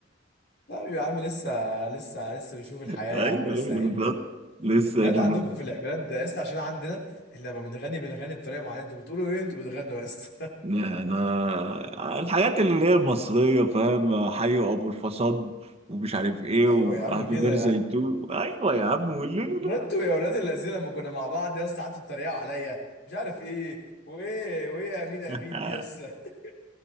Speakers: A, on the left; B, on the right.
A: لا يا عم لسه لسه لسه بيشوف الحياه
B: <laughs> ايوه
A: يا عم لسه
B: ايوه
A: هيبدا
B: بالظبط لسه
A: انت هذا
B: يا جنون
A: عندكم في العيد ده لسه عشان عندنا احنا لما بنغني بنغني بطريقه معينه انتوا بتقولوا ايه انتوا بتغنوا بس
B: انا الحاجات اللي هي المصريه فاهم حيوا ابو الفساد ومش عارف ايه
A: <laughs> ايوه
B: وهابي
A: يا عم كده
B: بيرثداي
A: يا عم
B: تو ايوه يا عم والليل
A: امال انتوا يا اولاد الذين لما كنا مع بعض يس قعدتوا تتريقوا عليا مش عارف ايه وايه وايه امين امين
B: <laughs>
A: دي يس <laughs>